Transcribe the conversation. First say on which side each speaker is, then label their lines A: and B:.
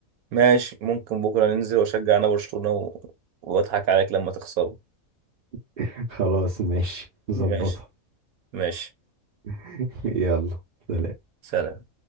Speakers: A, on the right; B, on the right.
A: ماشي ممكن بكره ننزل واشجع انا برشلونه و... واضحك عليك لما تخسره
B: <laughs> خلاص ماشي نظبطها
A: ماشي ماشي
B: <laughs> يلا سلام
A: سلام